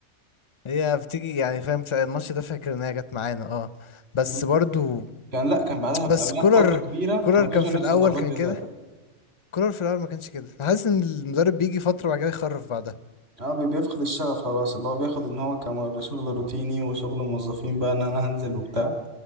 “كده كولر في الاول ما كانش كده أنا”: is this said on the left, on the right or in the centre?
Left